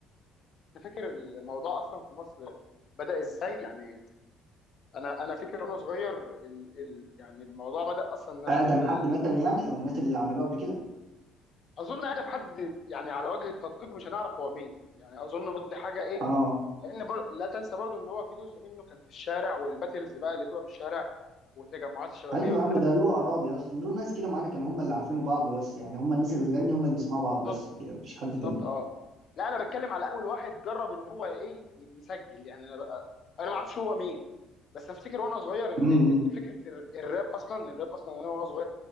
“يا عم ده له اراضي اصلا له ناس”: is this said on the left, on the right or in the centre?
Right